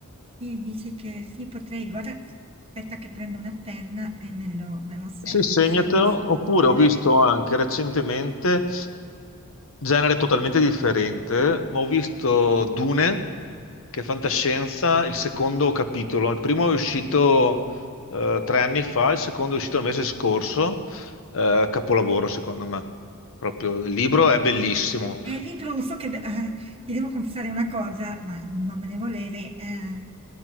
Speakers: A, on the right (about 25°); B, on the left (about 65°).
A: Sì, dici che sì, potrei, guarda, aspetta che prendo una penna e me lo, me lo se-
B: Sì,
A: me
B: segnatelo.
A: lo segno sul foglio.
B: Oppure ho visto anche recentemente. genere totalmente differente, ma ho visto Dune, che è fantascienza, il secondo capitolo. Il primo è uscito eh, tre anni fa, il secondo è uscito il mese scorso, eh, capolavoro secondo me. Proprio il libro è bellissimo.
A: È il libro lo so che de- eh, ti devo confessare una cosa, ma non me ne volere. eh,